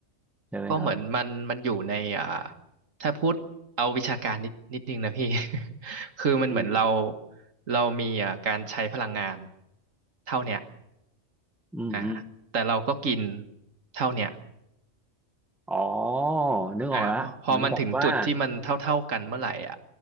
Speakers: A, in the centre; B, on the right.
A: ใช่ไหมครับ
B: ก็เหมือนมันมันอยู่ในอ่าถ้าพูดเอาวิชาการนิดนิดนึงนะพี่ <laughs> คือมันเหมือนเรา
A: อืม
B: เรามีอ่าการใช้พลังงานเท่าเนี้ย
A: อืมฮึ
B: อ่าแต่เราก็กินเท่าเนี้ย
A: อ๋อนึกออกแล้วเหมือนกับว่า
B: อ่าพอพอมันถึงจุดที่มันเท่าๆกันเมื่อไหร่อ่ะ